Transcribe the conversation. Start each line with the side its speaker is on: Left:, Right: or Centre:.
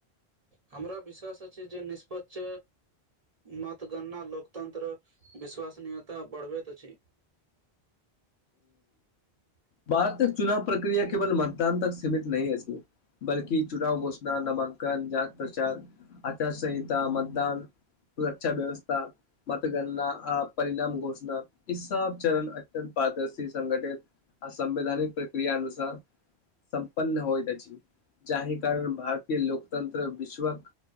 Right: हमरा विश्वास अ छी जे निष्पत मतगणना लोकतन्त्र विश्वसनीयता बढ़बैत अछि <inaudible> <inaudible>
Left: भार तक चुनाव प्रक्रिया केवल मतदान तक सीमित नहि होत बल्ि चुनाव घोषणा न नामकन जात प्रचार आचार संहिता मतदान सुरक्षा व्यवस्था मतगणना आ परिणाम घोषणा ई सब चरण अत्यन्त पदर्शी संघटित आ संवैधानिक प्रक्रिया अुसार सं्पन्न होइत छी जाहि कारण भारतीय लोकतन्त्र विश्वक